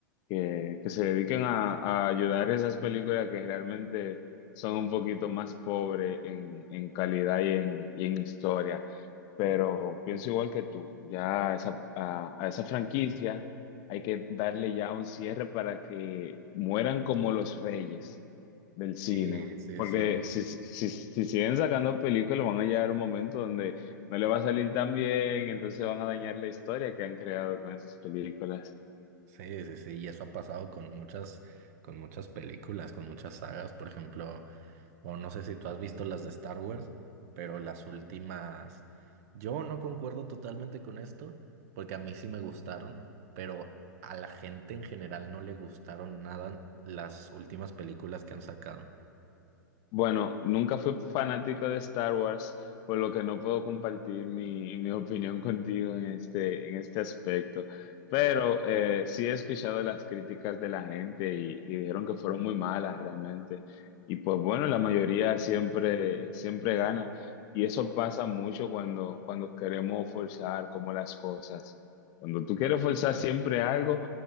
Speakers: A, on the left (about 35°); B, on the right (about 45°).
A: que, que se dediquen a, a ayudar a esas películas que realmente son un poquito más pobres en, en calidad y en, y en historia pero pienso igual que tú, ya a esa, a, a esa franquicia hay que darle ya un cierre para que mueran como los reyes del cine,
B: Sí, sí,
A: porque
B: sí.
A: si, si, si siguen sacando películas van a llegar un momento donde no le va a salir tan bien, entonces van a dañar la historia que han creado con esas películas.
B: Sí, sí, sí, y eso ha pasado con muchas, con muchas películas, con muchas sagas, por ejemplo, bueno, no sé si tú has visto las de Star Wars, pero las últimas, yo no concuerdo totalmente con esto, porque a mí sí me gustaron, pero a la gente en general no le gustaron nada las últimas películas que han sacado.
A: Bueno, nunca fui fanático de Star Wars, por lo que no puedo compartir mi, mi opinión <laughs> contigo en este, en este aspecto. Pero eh, sí he escuchado las críticas de la gente y, y dijeron que fueron muy malas realmente. Y pues bueno, la mayoría siempre, siempre gana. Y eso pasa mucho cuando, cuando queremos forzar como las cosas. Cuando tú quieres forzar siempre algo,